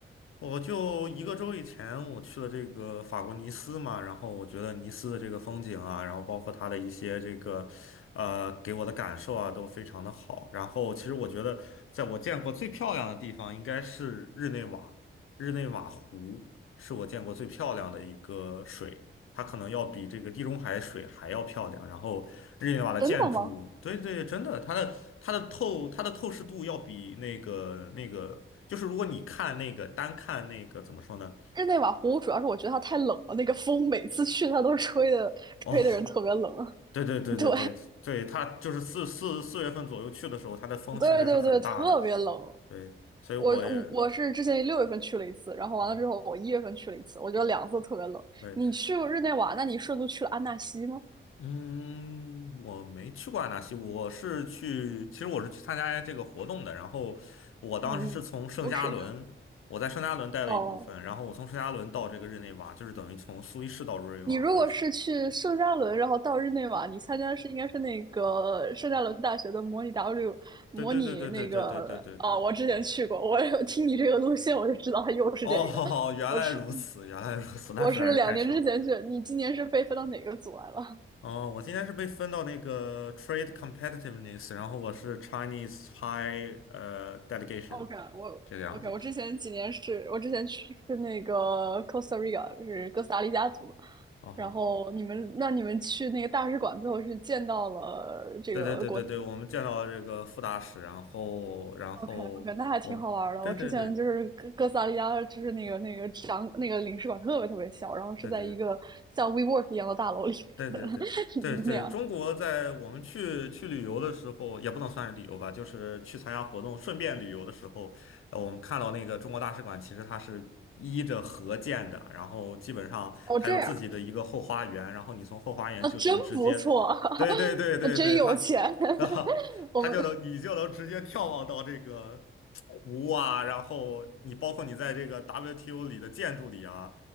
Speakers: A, on the left; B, on the right.
A: 我就一个周以前，我去了这个法国尼斯嘛，然后我觉得尼斯的这个风景啊，然后包括它的一些这个，呃，给我的感受啊，都非常的好。然后其实我觉得，在我见过最漂亮的地方应该是日内瓦，日内瓦湖是我见过最漂亮的一个水。它可能要比这个地中海水还要漂亮。然后日内瓦的建筑，
B: 真的吗？
A: 对对，真的，它的它的透它的透视度要比那个那个，就是如果你看那个单看那个怎么说呢？
B: 日内瓦湖主要是我觉得它太冷了，那个风每次去它都吹的，
A: 哦，
B: 吹的人特别冷啊。
A: 对对对对对对，
B: <laughs> 对，
A: 它就是四四四月份左右去的时候，它的风确实是很大的。
B: 对对对，特别冷。
A: 对，所以我也，
B: 我我我是之前六月份去了一次，然后完了之后我一月份去了一次，
A: 嗯哼，
B: 我觉得两次特别冷。
A: 对。
B: 你去过日内瓦，那你顺路去了安纳西吗？
A: 嗯，我没去过阿纳西，我是去，其实我是去参加这个活动的。然后我当时是从圣加仑，
B: 嗯，都是。
A: 我在圣加仑待了一部分，
B: 哦，
A: 然后我从圣加仑到这个日内瓦，就是等于从苏黎世到日内瓦。
B: 你如果是去圣加伦，
A: 我只，
B: 然后到日内瓦，你参加的是应该是那个圣加伦大学的模拟 W，模拟那个啊、
A: 对对对对对对对对对对，
B: 我之前去过，
A: 我
B: 我有听你这个路线我就知道它又是这个。
A: 哦，<laughs> 原来如此，
B: 我是
A: 原来如此，那实在是太巧了。
B: 我是两年之前去，你今年是被分到哪个组来了？
A: 哦，我今天是被分到那个 Trade Competitiveness，然后我是 Chinese High 呃 Delegation
B: OK，我
A: 这个样子的。
B: OK，我之前几年是我之前去是那个 Costa Rica，是哥斯达黎加组，
A: 哦好。
B: 然后你们那你们去那个大使馆，最后是见到了这个国
A: 对对对对对，我们见到这个副大使，然后然后我，
B: OK OK，那还挺好玩儿的。
A: 对对对
B: 我之前就是哥哥斯达黎加，就是那个那个展那个领事馆特别特别小，然后是在一个像
A: 对对对
B: WeWork 一样的大楼里面的
A: 对对
B: <laughs>
A: 对对，
B: 那样
A: 中国在我们去去旅游的时候，也不能算是旅游吧，就是去参加活动，顺便旅游的时候，呃我们看到那个中国大使馆，其实它是依着河建的，然后基本上它有自己的一个后花园，
B: 哦，这样，
A: 然后你从后花园就只能直接，
B: 啊，真不错，<laughs>
A: 对对对对对，
B: 那真有钱。
A: 它。<laughs> 啊，
B: <laughs> 我们
A: 它就能，你就能直接眺望到这个湖啊，然后你包括你在这个 WTO 里的建筑里啊，